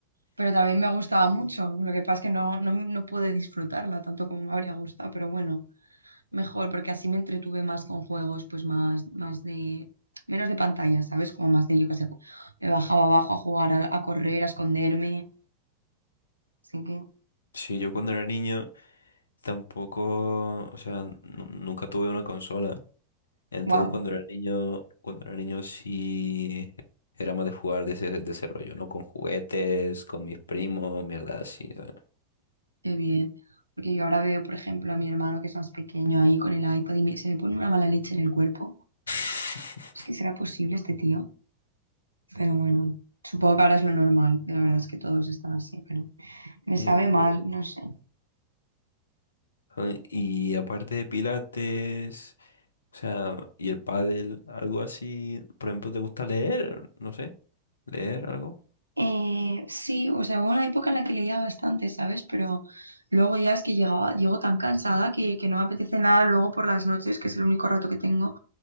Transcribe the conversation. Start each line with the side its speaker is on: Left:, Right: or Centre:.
Right: Pero también me gustaba mucho. Lo que pasa es que no, no, no pude disfrutarla tanto como me habría gustado, pero bueno. mejor, porque así me entretuve más con juegos, pues más, más de, menos de pantalla, ¿sabes? Como más de, yo qué sé, me bajaba abajo a jugar, a, a correr, a esconderme, así que,
Left: Sí, yo cuando era niño tampoco, o sea, nu- nunca tuve una consola. Entonces
Right: wow,
Left: cuando era niño, cuando era niño sí era más de jugar de ese, de ese rollo, ¿no? Con juguetes, con mis primos, mierda así, ¿sabes?
Right: qué bien. Porque yo ahora veo, por ejemplo, a mi hermano que es más pequeño ahí con el iPad y me- se me pone una mala leche en el cuerpo.
Left: <laughs>
Right: Es que será posible este tío, pero bueno, supongo que ahora es lo normal. La verdad es que todos están así, pero me
Left: Sí,
Right: sabe
Left: un poquito
Right: mal,
Left: de-
Right: no sé.
Left: Ay, Y aparte de pilates, o sea, y el pádel, algo así, por ejemplo, ¿te gusta leer? No sé, leer algo.
Right: Eh, sí, o sea, hubo una época en la que leía bastante, ¿sabes? Pero luego ya es que llegaba, llego tan cansada que, que no me apetece nada luego por las noches, que es el único rato que tengo,